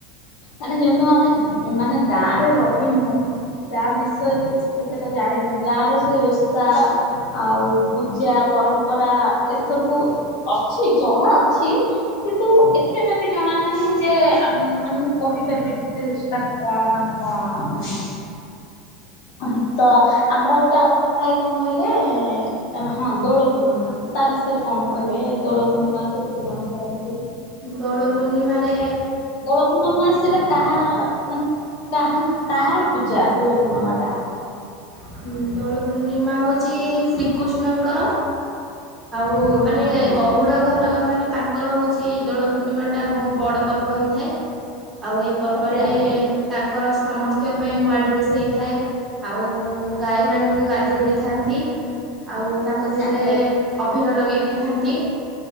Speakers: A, on the left; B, on the right.
A: ମାନେ ଯେହେତୁ ଆମେ ମାନେ ଗାଁ ରେ ରହିନୁ। ଗାଁ ବିଷୟରେ କିଛି ସେତେଟା ଜାଣିନୁ ଗାଁର ସେ ଓଷା ଆଉ ପୂଜା ପରମ୍ପରା ଏସବୁ ଅଛି ଜଣା ଅ ଛି କିନ୍ତୁ ଏତେଟା ବି ଜଣା ନାହିଁ ଯେ ଆମ୍ ମାନେ ମୁଁ କହିପାରିବି ଡି ଟିଲ୍ସଟା କଣ ମାନେ କଣ ନାହିଁ। ଉଁ ହୁଁ ତ ଆମର ଗୋଟେ ଆଉ ଗୋଟେ ଥାଏ କଁ କହିଲେ ଆରେ ହଁ ଦୋଳ ପୂର୍ଣ୍ଣମା ତ ତା ବିଷୟରେ କଣ କହିବେ ଦୋଳ ପୂର୍ଣ୍ଣମା କେମିତି କଣ କରନ୍ତି।
B: ଦୋଳ ପୂର୍ଣ୍ଣିମାରେ
A: ଦୋଳ ପୂର୍ଣ୍ଣମା ସେଇଟା କାହା ମାନେ କାହାଙ୍କ କାହାର ପୂଜା ଦୋଳ ପୂର୍ଣ୍ଣମାଟା?
B: ଉଁ ଦୋଳ ପୂର୍ଣ୍ଣିମା ହଉଚି ଶ୍ରୀକୃଷ୍ଣଙ୍କର ଆଉ ମାନେ
A: ଓହୋ
B: ଗଉଡ ଘର ମାନେ ତାଙ୍କ୍ କର ହଉଛି ଦୋଳ ପୂର୍ଣ୍ଣିମାଟା ଭୋଉତ ବଡ ପର୍ବ ହେଇଥାଏ ଆଉ ଏହି ପର୍ବରେ
A: ଆଜ୍ଞା ଆଜ୍ଞା
B: ତାଙ୍କର ସମସ୍ତିଙ୍କ ପାଇଁ ନୂଆ ଡ୍ରେସ୍ ହେଇଥାଏ ଆଉ ଗାଈମାନୁଙ୍କୁ ଗାଧେଇ ଦେଇ ଥାନ୍ତି। ଆଉ ତାଙ୍କ ଦେହେରେ
A: ଆଜ୍ଞା
B: ଅଭିର ଲଗେଇ ଦେଇଥାନ୍ତି